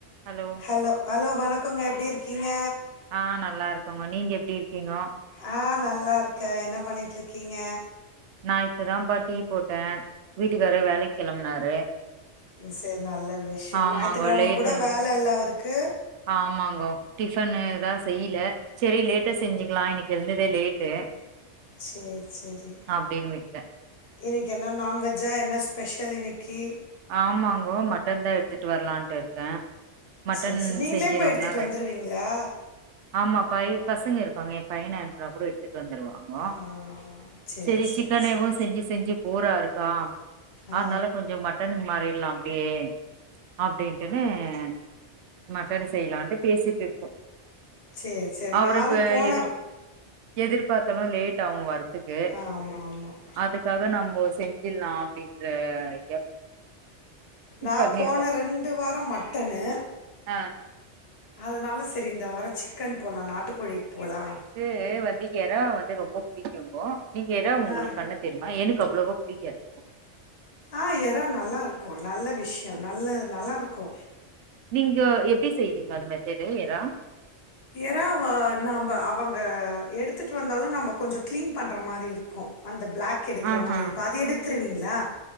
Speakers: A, on the right (about 80°); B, on the left (about 60°).
A: ஹலோ
B: ஹலோ ஹலோ வணக்கங்க எப்டி இருக்கீங்க
A: ஆ நல்லா இருக்கோங்க நீங்க எப்டி இருக்கீங்கோ
B: ஆ நல்லா இருக்கே என்ன பண்ணிட்டு இருக்கீங்க
A: நா இப்பதான்ப்பா டீ போட்டே வீட்டுக்காரு வேலைக்கு கெளம்புனாரு
B: சேரி நல்ல விஷயோ
A: ஆமாங்கோ
B: ஞாயித்துக்கிழம
A: லேட்
B: கூட
A: ஆ
B: வேல இல்ல அவருக்கு
A: ஆமாங்கோ டிஃபன்னு தா செய்ல சேரி லேட்டா செஞ்சுக்கலா இன்னைக்கு எழுந்ததே லேட்டு
B: சேரி சேரி
A: அப்டின்னு விட்டே
B: இன்னைக்கு என்ன நான்வெஜ்ஜா என்ன ஸ்பெஷல் இன்னைக்கி
A: ஆமாங்கோ மட்டன் தா எடுத்துட்டு வரலான்ட்டு இருக்கே மட்டன்
B: சேர் சேர் நீங்களே
A: செஞ்சு
B: போய்
A: ரொம்ப
B: எடுத்துட்டு
A: நாள்
B: வந்துருவீங்களா
A: ஆச்சு ஆமா பைய பசங்க இருக்காங்க என் பையன அனுப்புனா கூட எடுத்துட்டு வந்துருவா ங்கோ
B: ஆ சரி
A: செரி
B: சரி
A: சிக்கன்னேவு
B: சரி
A: செஞ்சு செஞ்சு போரா இருக்கா
B: ஆ
A: அதனால கொஞ்ச மட் டன் மாறிட்லா அப்டியே அப்டின்ட்டுன்னு அ மட்டட செய்யலான்ட்டு பேசிட்டு இருக்கோ
B: செரி செரி
A: அவரு
B: நானும்
A: இப்ப
B: போன
A: எதிர் எதிர்பாத்தாலு லேட் ஆகு வரத் துக்கு
B: ஆமாம் ஆமாம்
A: அதுக்காக நம்மோ செஞ்சில்லா அப்டின்ற ஐடியா
B: நா
A: பண்ணிருக்கோ
B: போன ரெண்டு வாரோ மட்டனு
A: ஆ
B: அதுனால செரி இந்த வாரோ சிக்கன் போலா நாட்டுக்கோழிக்கு போலா
A: இங்க வந்து எறா வந்து ரொம்ப புடிக்கு நீங்க எறாவ உங்களுக்கு
B: ஆ
A: பண்ண தெரியமா எனக்கு அவ்ளவோ புடிக்காது
B: ஆ ஏறா நல்லாருக்கு நல்ல விஷ்யோ நல்ல நல்லாருக்கு
A: நீங்க எப்டி செய்வீங்க அது மெத்தடு ஏறா
B: எறாவா நம்ப அவங்க எடுத்துகிட்டு வந்தாலு நம்ம கொஞ்சோ க்ளீன் பண்ணுற மாரி இருக்கு அந்த ப்ளாக் எடுக்குற
A: ஆஹா
B: மாரி இருக்கு அது எடுத்துருவீங்களா